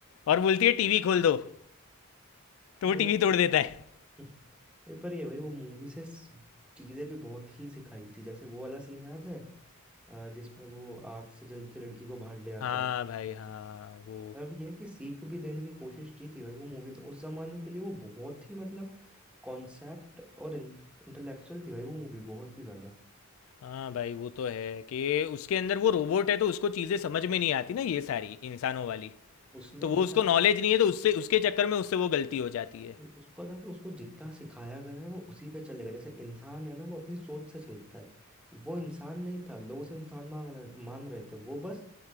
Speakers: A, on the left; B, in the centre.
A: और बोलती है टीवी खोल दो तो वो
B: भाई
A: टीवी तोड़ देता है
B: <laughs> ये पर ये भाई वो मूवी से स- चीजें भी बहुत ही सिखाई थी जैसे वो वाला सीन याद है अ, जिसमें वो आग से जल के लड़की को बाहर ले आता
A: हाँ
B: है
A: भाई हाँ वो
B: मतलब यह है कि सीख भी देने की कोशिश की थी भाई वो मूवी ने उस जमाने के लिए वो बहुत ही मतलब कॉन्सेप्ट और इंटेलेक्चुअल थी भाई वो मूवी बहुत ही ज्यादा
A: हाँ भाई वो तो है कि उसके अंदर वो रोबोट है तो उसको चीज़ें समझ में नहीं आती ना ये सारी इंसानों वाली
B: उसमें
A: तो
B: ये
A: वो उसको
B: था
A: नॉलेज नहीं है तो उससे उसके चक्कर में उससे वो गलती हो जाती है
B: कि उसको था कि उसको जितना सिखाया गया है वो उसी पे चलेगा जैसे इंसान है ना वो अपनी सोच से चलता है वो इंसान नहीं था लोग उसे इंसान मान रहे मान रहे थे वो बस